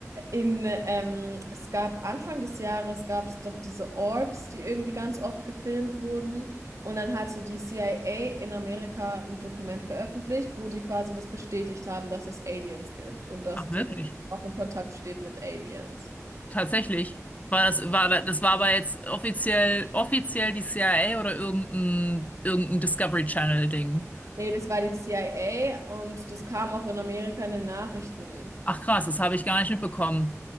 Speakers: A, on the right; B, on the left.
A: In, ähm, es gab Anfang des Jahres gab es doch diese Orbs, die irgendwie ganz oft gefilmt wurden. Und dann hatte die CIA in Amerika ein Dokument veröffentlicht, wo die quasi das bestätigt haben, dass es Aliens gibt und dass
B: Ach, wirklich?
A: die Regierung auch in Kontakt steht mit Aliens.
B: Tatsächlich. War das, war, da- das war aber jetzt offiziell, offiziell die CIA oder irgendein, irgendein Discovery Channel-Ding.
A: Nee, das war die CIA und das kam auch in Amerika in den Nachrichten.
B: Ach krass, das habe ich gar nicht mitbekommen.